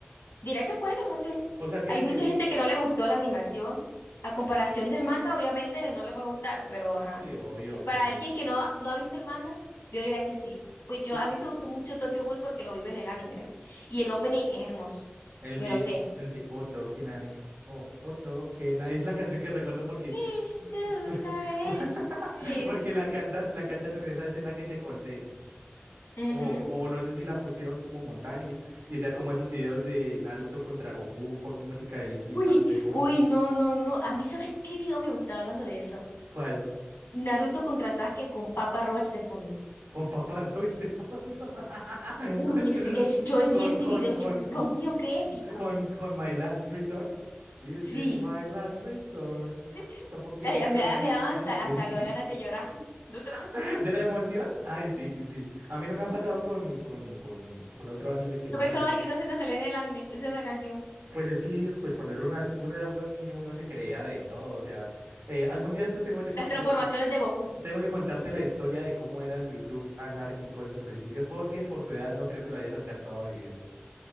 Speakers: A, on the left; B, on the right.
A: Diré que es bueno, no sé.
B: O sea, que
A: Hay
B: de...
A: mucha gente que no le gustó la animación. A comparación del manga, obviamente no le va a gustar, pero ajá.
B: Sí, obvio, pero
A: Para
B: pues...
A: alguien que no, no ha visto el manga, yo diría que sí. Pues yo,
B: Y
A: a mí me gustó mucho Tokyo Ghoul porque lo vive en el anime, ¿no? Y el opening es hermoso.
B: el
A: Me
B: de...
A: lo sé.
B: El de Oto Kenai. Oh, Oto Kenai. Es la canción que recuerdo porque...
A: <laughs>
B: <laughs>
A: Please.
B: Porque la cantan, la cantan en esa escena que te conté.
A: Ujú.
B: O, o no sé si la pusieron como montaje. Y sea como esos videos de Naruto contra Goku con música de Linkin
A: Uy,
B: Park de fondo.
A: uy, no, no, no. A mí, ¿sabes qué video me gustaba hablando de eso?
B: ¿Cuál?
A: Naruto contra Sasuke con Papa Roach de fondo.
B: Con Papá Roach de fondo. <laughs>
A: Uy,
B: Con,
A: ese,
B: esos-
A: es, yo
B: con,
A: vi ese
B: con,
A: video
B: con,
A: y yo,
B: con,
A: Dios mío, qué épico.
B: con, con My Last Resort. This
A: Sí.
B: is my last resort.
A: sí.
B: Suffocation.
A: Ay, a- me, da- me daban
B: No
A: hasta,
B: estoy-
A: hasta ganas de llorar. <laughs> No sé por qué.
B: <laughs> ¿De la emoción? Ay, sí, sí, sí. A mí no me ha pasado con, con, con, con otro anime que no
A: Yo pensaba
B: sea.
A: que esa escena salía en el anime, esa esa canción.
B: Pues es que pues cuando era, una, uno era uno niño uno se creía de todo. O sea, eh, algún día de estos tengo, tengo,
A: Las
B: tengo-
A: transformaciones de Goku.
B: Tengo que contarte la historia de cómo era el YouTube anárquico en sus principios, porque por tu edad no creo que lo hayas alcanzado a vivir.